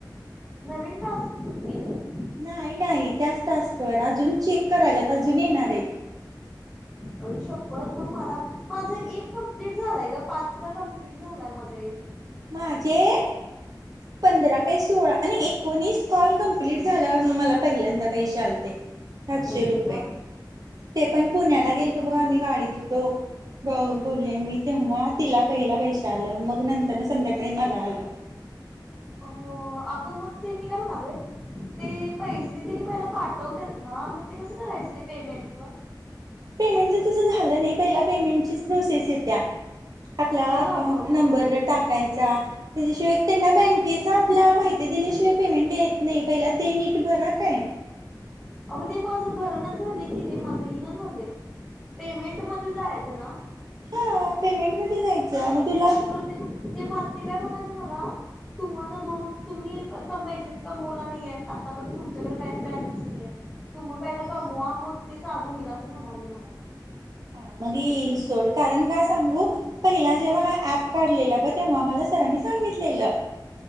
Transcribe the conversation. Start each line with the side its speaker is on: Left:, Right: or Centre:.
Centre: नवीन टास्क सुरू केली
Right: नाही नाही त्याच टास्कवर अजून चेक करायलात अजून येणार आहेत
Centre: अ शप्पथ मग मला माझ एक कम्प्लीट झालाय ग पाचचा कम्प्लीट झालाय माझा एक
Right: माझे पंधरा काय सोळा आणि एकोणीस कॉल कंप्लीट झाल्यावर मला पहिल्यांदा पैसे आलते सातशे
Centre: आईला
Right: रुपये ते पण पुण्याला गेलतो बघा आम्ही गाडीत होतो ब गलीन मी तेव्हा तिला पहिला पैश आलं मग नंतर ना संध्याकाळी मला आलं
Centre: हो अगं मग ते मी काय म्हणा आलोय ते पैसे तिने पहिला पाठवत ना मग ते कसं करायचं ते पेमेंटच
Right: पेमेंटच तुझं झालं नाही पहिला पेमेंटची प्रोसेस येत्या आपला
Centre: नाही
Right: अकाउंट
Centre: अगं
Right: नंबर टाक त्याच्याशिवाय त्यांना बँकेचा आपला माहिती दिल्याशिवाय पेमेंट येत नाही पहिला नाही पीठ भरात आहे
Centre: अगं ते माझं भरणच झाले कि ते माझ इन झालंय पेमेंट मध्ये जायचं ना
Right: हा पेमेंट म जायचं मग तुला हा
Centre: खरं ते ते म ते काय म्हणाले मला तुम्हा ना दोन तुम्ही क पैसेच कमवला नाही आहेत आतापर्यंत तुमच्याकडे काहीच बॅलेन्स नाहीये. तु मग पहिला कमवा मग ते चालू होईल असं म्हणाले मला.
Right: हा मगल सोड कारण काय सांगू पहिला जेव्हा हा ऍप काढलेला ब तेव्हा मला सरांनी सांगितलेलं.